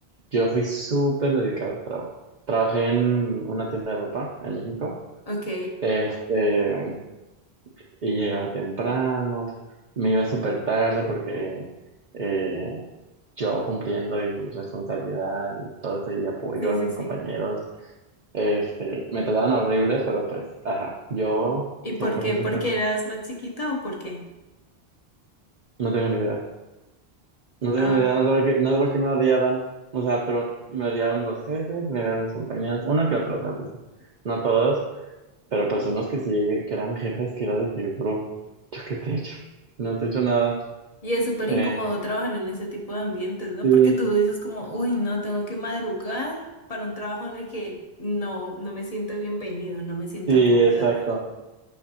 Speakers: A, on the right; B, on the left.
A: yo fui súper dedicado al trabajo. Trabajé en una tienda de ropa en México.
B: Ok.
A: Este, y llegaba temprano, me iba súper tarde porque eh, yo cumpliendo mi responsabilidad y todo ese y apoyo
B: Sí,
A: a
B: sí,
A: mis
B: sí.
A: compañeros, este, me trataban horrible, pero pues, ajá, yo
B: ¿Y por
A: siempre
B: qué?
A: fui súper,
B: ¿Porque eras más chiquito o por qué?
A: no tengo ni idea, no tengo
B: Ah.
A: ni idea, no sé por qué, no sé por qué me odiaban, o sea, pero me odiaban los jefes, me odiaban mis compañeros, uno que otro, o sea, no todos, pero pues unos que sí, que eran jefes, que era de que, bro, ¿yo qué te he hecho? No te he hecho nada.
B: Y es súper
A: Eh,
B: incómodo trabajar en ese tipo de ambientes, ¿no?
A: Sí,
B: Porque tú dices como, uy, no, tengo que madrugar para un trabajo en el que no, no me siento bienvenido, no me siento
A: Sí,
B: acogida.
A: exacto.